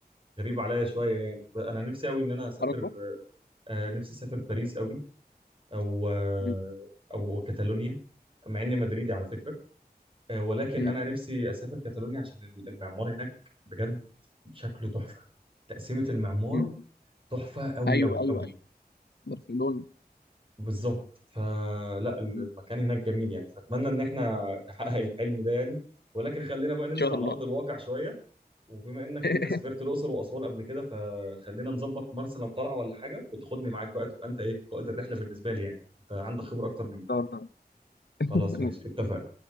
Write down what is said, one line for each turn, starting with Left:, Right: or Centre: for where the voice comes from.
Right: عليا شويه يعني انا نفسي قوي ان انا اسافر
Left: برضه
Right: آه نفسي اسافر باريس قوي او آه
Left: مم.
Right: او كاتالونيا مع اني مدريدي على فكره آه، ولكن
Left: مم.
Right: انا نفسي اسافر كاتالونيا عشان المعمار هناك بجد شكله تحفه تقسيمه المعمار
Left: مم.
Right: تحفه قوي
Left: ايوه
Right: قوي
Left: ايوه
Right: قوي
Left: ايوه برشلونه
Right: بالظبط فلا المكان
Left: مم. ان
Right: هناك جميل يعني فاتمنى ان احنا نحقق الحلم ده يعني ولكن خلينا بقى ننزل
Left: شاء
Right: على
Left: الله
Right: ارض الواقع شويه وبما انك
Left: <laughs> ان
Right: انت سافرت الاقصر واسوان قبل كده فخلينا نظبط مثلا طلعه ولا حاجه وتاخدني معاك بقى تبقى انت ايه قائد الرحله بالنسبه لي يعني انت عندك خبره اكتر مني
Left: شاء الله <laughs>
Right: خلاص ماشي اتفق